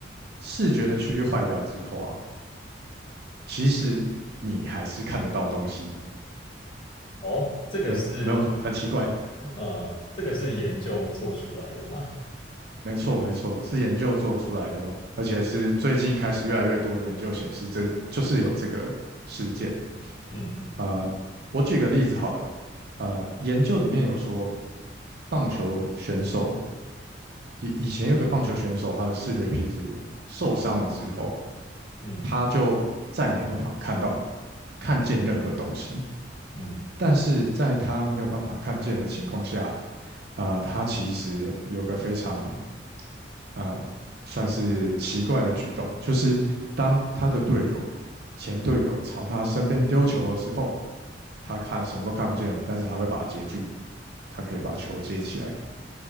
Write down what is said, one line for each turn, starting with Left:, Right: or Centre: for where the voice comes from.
Right: 视觉的区域坏掉之后啊，其实你还是看得到东西，
Left: 哦，这个是，
Right: 有没有很很奇怪？
Left: 呃，这个是研究做出来的吗？
Right: 没错，没错，是研究做出来的哦，而且是最近开始越来越多研究显示这，就是有这个事件。
Left: 嗯
Right: 呃，我举个例子好了，呃，研究里面有说，棒球选手以以前有个棒球选手，他的视觉皮质受伤了之后，
Left: 嗯
Right: 他就再也没办法看到看见任何东西，
Left: 嗯，
Right: 但是在他没有办法看见的情况下，啊，他其实有个非常啊、呃算是奇怪的举动，就是当他的队友、前队友朝他身边丢球的时候，他看什么都看不见了，但是他会把它接住，他可以把球接起来。